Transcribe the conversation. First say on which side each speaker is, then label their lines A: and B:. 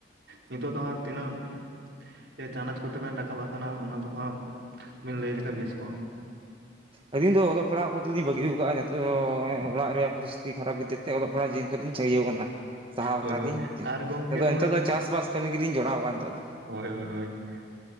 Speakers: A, on the right; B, on the right.
A: ᱱᱤᱛᱚᱜ ᱫᱚ ᱦᱟᱸᱜ ᱛᱤᱱᱟᱹᱜᱼᱼ ᱡᱮ ᱪᱟᱱᱟᱪ ᱠᱚᱛᱮ ᱵᱮᱱ ᱨᱟᱠᱟᱵ ᱠᱟᱱᱟ ᱚᱱᱟ ᱫᱚ ᱦᱟᱸᱜ, ᱵᱮᱱ ᱞᱟᱹᱭ ᱞᱮᱠᱷᱟᱡ ᱵᱮᱥ ᱠᱚᱜᱼᱟ ᱾
B: ᱟᱹᱞᱤᱧ ᱫᱚ ᱚᱞᱚᱜ ᱯᱟᱲᱦᱟᱜ ᱠᱚᱫᱚᱞᱤᱧ ᱵᱟᱹᱜᱤᱣ ᱠᱟᱜᱼᱟ ᱱᱤᱛᱚᱜ ᱫᱚ ᱱᱚᱜᱼᱚᱭ ᱚᱲᱟᱜ ᱨᱮᱭᱟᱜ ᱯᱚᱨᱤᱥᱼᱼ ᱛᱤ ᱠᱷᱟᱨᱟᱯ ᱠᱷᱟᱹᱛᱤᱨ ᱛᱮ ᱚᱞᱚᱜ ᱯᱟᱲᱦᱟᱜ ᱡᱤᱭᱚᱱ ᱠᱷᱚᱡ ᱞᱤᱧ ᱥᱟᱹᱜᱤᱣ ᱠᱟᱱᱟ ᱾ ᱥᱟᱦᱟᱣ
A: ᱦᱳᱭ
B: ᱠᱟᱱᱟᱞᱤᱧ,
A: ᱦᱳᱭ
B: ᱡᱮ
A: ᱟᱨ ᱜᱚᱝᱠᱮ
B: ᱟᱫᱚ
A: ᱦᱚᱸᱜᱼᱚᱭ
B: ᱱᱤᱛᱚᱜ ᱫᱚ ᱪᱟᱥᱵᱟᱥ ᱠᱟᱹᱢᱤ ᱜᱮᱞᱤᱧ ᱡᱚᱲᱟᱣ ᱠᱟᱱᱟ ᱾ ᱱᱤᱛᱚᱜ ᱫᱚ
A: ᱦᱳᱭ ᱦᱳᱭ ᱦᱳᱭ <inaudible>